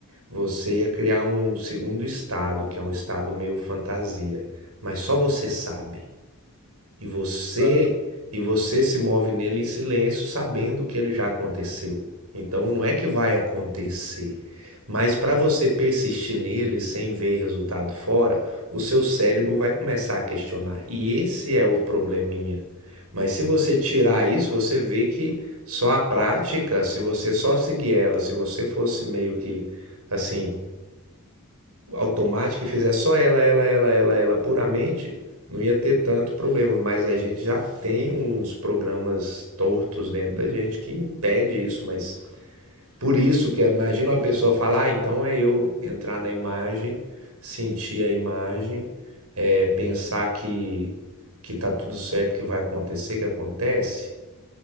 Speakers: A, on the right; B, on the left.
A: você ia criar um segundo estado, que é um estado meio fantasia, mas só você sabe. E você
B: Ah,
A: e você se move nele em silêncio, sabendo que ele já aconteceu. Então não é que vai acontecer, mas para você persistir nele sem ver resultado fora, o seu cérebro vai começar a questionar. E esse é o probleminha. Mas se você tirar isso, você vê que só a prática,
B: ó,
A: se você só seguir ela, se você fosse meio que assim, automática e fizer só ela, ela, ela, ela, ela puramente, não ia ter tanto problema. Mas a gente já tem uns programas tortos dentro da gente que impede isso. Mas por isso que imagina
B: sim.
A: uma pessoa falar, ah, então é eu entrar na imagem, sentir a imagem, é, pensar que que tá tudo certo, que vai acontecer, que acontece.